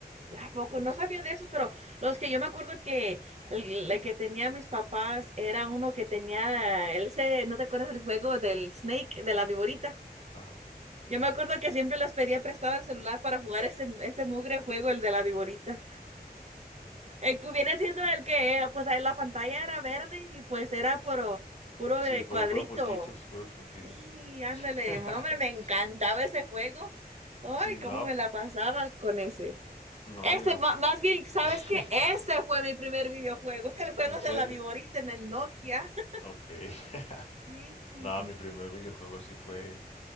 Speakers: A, on the right; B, on the left.
A: ¿A poco? No sabía de esos, pero los que yo me acuerdo que el, el que tenía mis papás era uno que tenía, él se, ¿no te acuerdas del juego del Snake, de la viborita?
B: Ajá.
A: Yo
B: ujú.
A: me acuerdo que siempre les pedía prestado el celular para jugar ese, ese mugre juego, el de la viborita. El que viene siendo el que era, pues ahí la pantalla era verde y pues era puro, puro de
B: Sí, puro,
A: cuadrito.
B: puro puntitos, puros puntitos.
A: Sí, ándale,
B: <laughs>
A: no, hombre, me encantaba ese juego. Ay,
B: Sí,
A: cómo
B: no,
A: me la pasaba con ese.
B: no,
A: Ese,
B: yo...
A: ma- más bien, ¿sabes
B: <laughs>
A: qué? Ese fue mi primer videojuego, <laughs> el juego
B: ¿En serio?
A: de la viborita en el Nokia. <laughs>
B: Ok. <laughs>
A: Sí,
B: No, mi primer videojuego sí fue